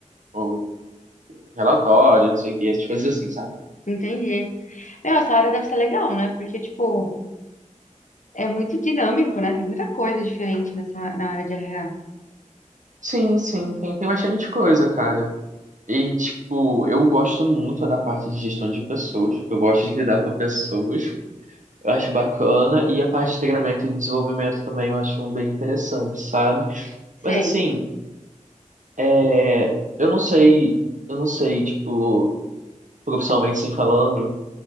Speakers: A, on the right (about 70°); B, on the left (about 70°).
A: o, o relatório, não sei o que, essas coisas assim, sabe?
B: Entendi. Meu, essa área deve ser legal, né? Porque, tipo, é muito dinâmico, né? Tem muita coisa diferente nessa, na área de RH.
A: Sim, sim, tem, tem bastante coisa, cara. E, tipo, eu gosto muito da parte de gestão de pessoas. Eu gosto de lidar com pessoas. Eu acho bacana. E a parte de treinamento e desenvolvimento também eu acho bem interessante, sabe?
B: Sei.
A: Mas assim, é, eu não sei, eu não sei, tipo, profissionalmente sem falando